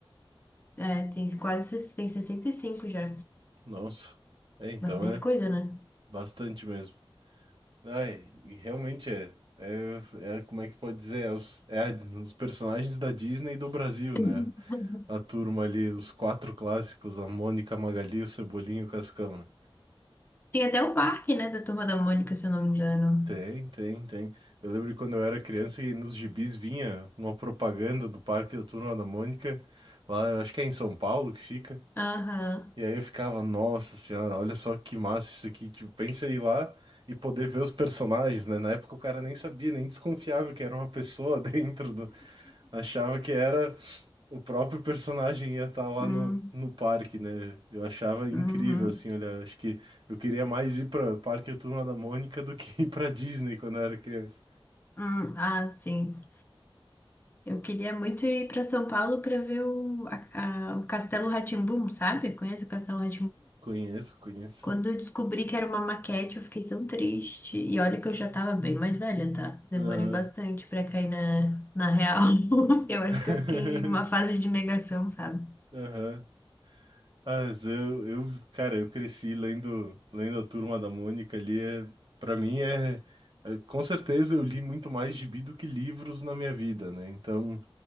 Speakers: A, on the left; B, on the right.
A: É, tem quase, ses- tem 65 já.
B: nossa. É, então
A: Bastante
B: é
A: coisa, né?
B: bastante mesmo. Ai, e realmente é. É, é, como é que pode dizer? É, os, é a- os personagens da Disney e do Brasil,
A: <laughs>
B: né? A turma ali, os quatro clássicos, a Mônica, a Magali, o Cebolinha e o Cascão, né?
A: Tem até o parque, né, da Turma da Mônica, se eu não me engano.
B: Tem, tem, tem. Eu lembro que quando eu era criança e nos gibis vinha uma propaganda do Parque da Turma da Mônica, lá, eu acho que é em São Paulo que fica.
A: Aham.
B: E aí eu ficava, nossa senhora, olha só que massa isso aqui. Tipo, pensa em ir lá e poder ver os personagens, né? Na época o cara nem sabia, nem desconfiava que era uma pessoa <laughs> dentro do. Achava que era o próprio personagem ia estar lá
A: Hum,
B: no, no parque, né? Eu achava incrível,
A: uhum,
B: assim, olha, acho que eu queria mais ir para Parque A Turma da Mônica do que <laughs> ir para Disney quando eu era criança.
A: hum. Ah, sim. Eu queria muito ir para São Paulo para ver o, a- a- o Castelo rá sabe? Conhece o Castelo rá
B: Conheço, conheço.
A: Quando eu descobri que era uma maquete, eu fiquei tão triste. E olha que eu já tava bem mais velha, tá? Demorei
B: Aham.
A: bastante para cair na, na real. <laughs> Eu
B: <laughs>
A: acho que eu fiquei numa fase de negação, sabe?
B: Aham. Ah, mas eu, eu, cara, eu cresci lendo, lendo a Turma da Mônica ali. É, para mim é, é- com certeza eu li muito mais gibi do que livros na minha vida, né? Então,